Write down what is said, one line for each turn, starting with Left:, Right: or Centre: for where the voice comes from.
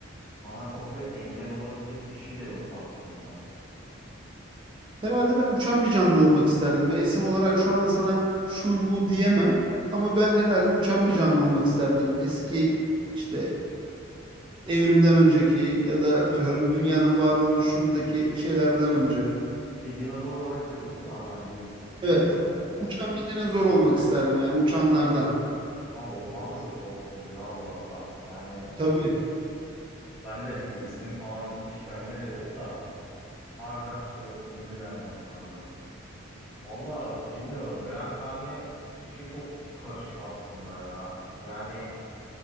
Centre: bana çok bir engel olabilecek bir şey de yok baktığında.
Right: Herhalde ben uçan bir canlı olmak isterdim. Ya isim olarak şu anda sana şu bu diyemem. Ama ben herhalde uçan bir canlı olmak isterdim. Eski işte evrimden önceki ya da atıyorum dünyanın varoluşundaki şeylerden önce.
Centre: Bir dinozor olarak diyorsun değil mi abi? Hani büyük
Right: Evet.
Centre: insanlardan.
Right: Uçan bir dinozor olmak isterdim yani uçanlardan.
Centre: Ama onlar da çok korkutucu ya bu arada. Yani
Right: Tabii.
Centre: ben de çok isim falan hiç bende de yok da. Harbiden korkutucu yani onlar da. Valla bilmiyorum reenkarne işi çok karışık aslında ya. Yani